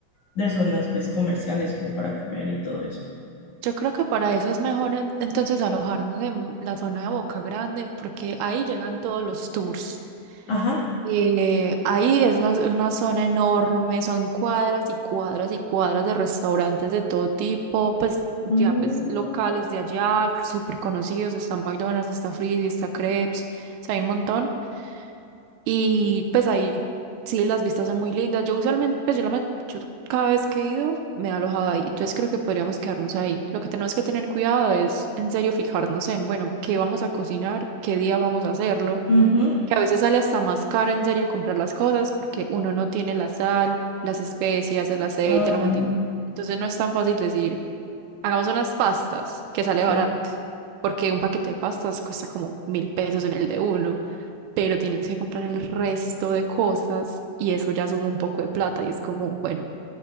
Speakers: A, on the left (about 80°); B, on the right (about 80°).
A: de zonas pues comerciales como para comer y todo eso.
B: Yo creo que para eso es mejor en- entonces alojarnos en la zona de Boca Grande, porque ahí llegan todos los tours.
A: Ajá.
B: Eh, ahí es la- una zona enorme, son cuadras y cuadras y cuadras de restaurantes de todo tipo, pues ya
A: Mm,
B: pues locales de allá, súper conocidos, está McDonald's, está Frisby, está Crepes, o sea, hay un montón. Y pues ahí sí las vistas son muy lindas. Yo usualmente, pues yo, la, ma- yo cada vez que he ido me he alojado ahí, entonces creo que podríamos quedarnos ahí. Lo que tenemos que tener cuidado es en serio fijarnos en, bueno, qué vamos a cocinar, qué día vamos a hacerlo
A: ujú.
B: que a veces sale hasta más caro en serio comprar las cosas porque uno no tiene la sal, las especias, el aceite,
A: Ah,
B: la mantequilla.
A: bueno,
B: Entonces no es tan fácil decir, hagamos unas pastas que sale
A: sí.
B: barato, porque un paquete de pastas cuesta como mil pesos en el de uno, pero tienes que comprar el resto de cosas y eso ya suma un poco de plata y es como, bueno,